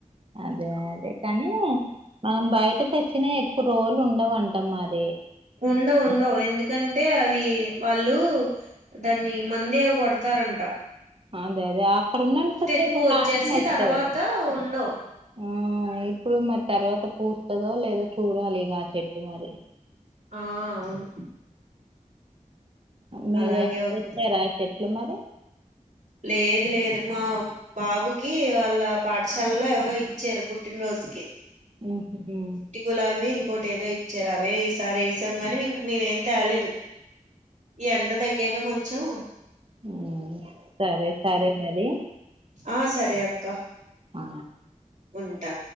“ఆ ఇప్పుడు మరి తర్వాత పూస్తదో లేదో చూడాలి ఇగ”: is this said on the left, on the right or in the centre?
Right